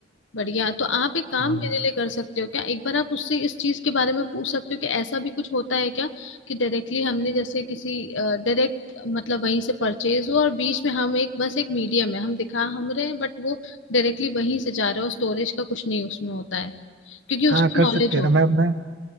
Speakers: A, on the left; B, on the right.
A: बढ़िया तो आप एक काम
B: हाँ
A: मेरे लिए कर सकते हो क्या एक बार आप उससे इस चीज के बारे में पूछ सकते हो कि ऐसा भी कुछ होता है क्या कि डायरेक्टली हमने जैसे किसी डायरेक्ट मतलब वहीं से परचेज हो और बीच में हम एक बस एक मीडियम है हम दिखा हम रहे हैं बट वो डायरेक्टली वहीं से जा रहा है और स्टोरेज का कुछ नहीं उसमें होता है क्योंकि उसको
B: हाँ कर सकते
A: नॉलेज
B: हैं
A: होगा
B: ना मैं मैं